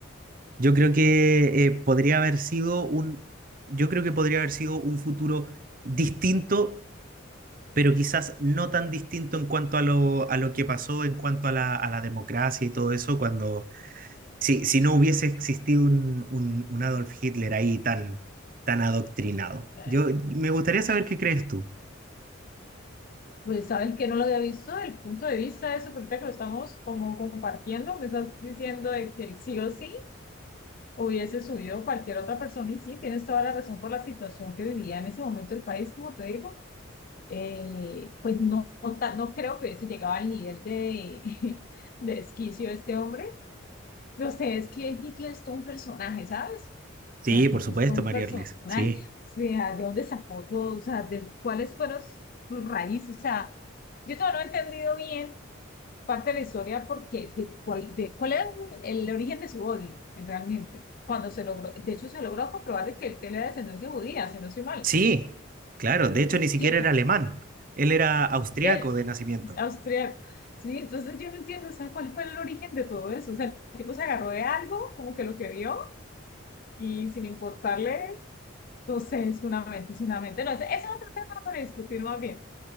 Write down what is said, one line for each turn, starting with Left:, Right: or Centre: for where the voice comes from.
Right: yo creo que eh, podría haber sido un, yo creo que podría haber sido un futuro distinto pero quizás no tan distinto en cuanto a lo, a lo que pasó, en cuanto a la, a la democracia y todo eso, cuando si, si no hubiese existido un, un, un Adolf Hitler ahí tan, tan adoctrinado.
Left: Eh,
Right: Yo me gustaría saber qué crees tú.
Left: Pues sabes que no lo había visto desde el punto de vista de eso, porque ahorita que lo estamos como compartiendo, me estás diciendo de que sí o sí hubiese subido cualquier otra persona y sí, tienes toda la razón por la situación que vivía en ese momento el país, como te digo. Eh, pues no, no, ta- no creo que hubiese llegado al nivel de, <laughs> de desquicio de este hombre No sé, es que Hitler es todo un personaje, ¿sabes?
Right: Sí,
Left: O sea, tipo,
Right: por supuesto,
Left: es todo un
Right: María
Left: personaje.
Right: Erlis. Sí,
Left: O sea, ¿de dónde sacó todo? O sea, de cuáles fueron sus raíces. O sea, yo todavía no he entendido bien parte de la historia porque de cuál, de cuál era el origen de su odio, en realmente. Cuando se logró, de hecho, se logró comprobar de que él tenía descendencia judía, si no soy mal.
Right: sí, claro. De hecho, ni siquiera
Left: Sí, entonces,
Right: era alemán. Él era austriaco
Left: él
Right: de nacimiento.
Left: es austriaco. Sí, entonces yo no entiendo, o sea, cuál fue el origen de todo eso. O sea, el tipo se agarró de algo, como que lo que vio y sin importarle Entonces, fundamentos, fundamentos. No, ese ese es otro tema para discutir más bien.